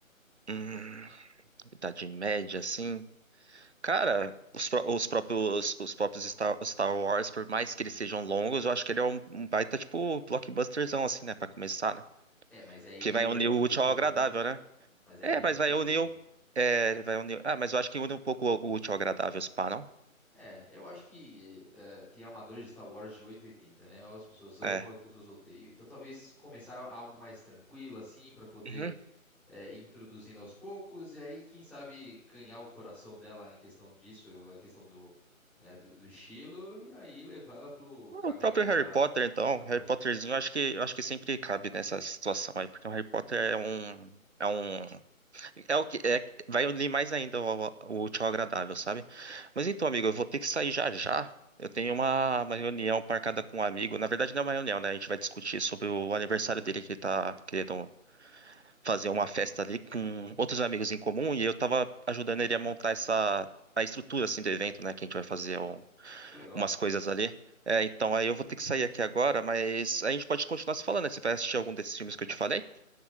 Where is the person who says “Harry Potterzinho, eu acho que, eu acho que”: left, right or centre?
Right